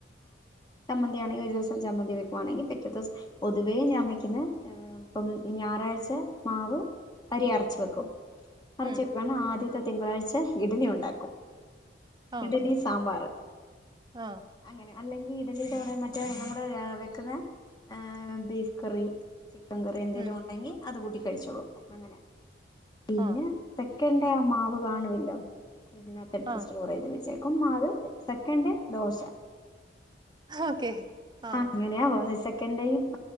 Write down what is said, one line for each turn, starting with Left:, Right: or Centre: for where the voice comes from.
Left: ചമന്തിആണെങ്കിൽ ഒരു ദിവസം ചമ്മന്തി വെക്കുവാണെങ്കിൽ പിറ്റത്തെ ദിവസം പൊതുവേ ഞാൻ വെക്കുന്നത് ആ ഇപ്പം ഞായറാഴ്ച മാവ് അരി അരച്ചു വെക്കും
Right: ഉം
Left: അരച്ചെടുകാണ്
Right: ഉം
Left: ആദ്യത്തെ തിങ്കളാഴ്ച ഇഡലി ഉണ്ടാക്കും
Right: ആഹ്
Left: ഇഡലി സാമ്പാർ
Right: ആഹ്
Left: അങ്ങനെ അല്ലെങ്കിൽ ഇഡ്ഡലി കൂടെ മറ്റേ നമ്മടെ ആ വെക്കുന്ന ആ ബീഫ് കറി ചിക്കൻ കറി എന്തെങ്കിലും
Right: ഉം
Left: ഉണ്ടെങ്കിൽ അത് കൂട്ടി കഴിച്ചോളും അങ്ങനെ പിന്നെ
Right: ആഹ്
Left: പെ ക്കെണ്ടെ ആ മാവ് കാണുവില്ലോ ഫ്രഡ്ജിനത്തെടുത്ത്
Right: ആഹ്
Left: സ്റ്റോർ ചെയ്ത് വച്ചേ ക്കും മാവ് സെക്കൻന്റ് ദോശ
Right: ഓക്കെ ആഹ്
Left: ആ അങ്ങനെയാോ ചെക്കയും